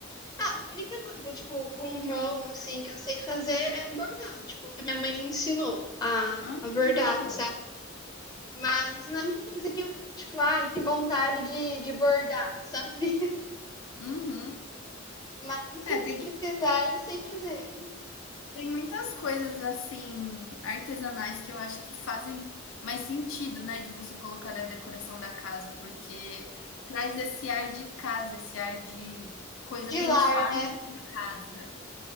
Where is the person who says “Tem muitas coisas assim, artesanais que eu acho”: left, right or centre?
Left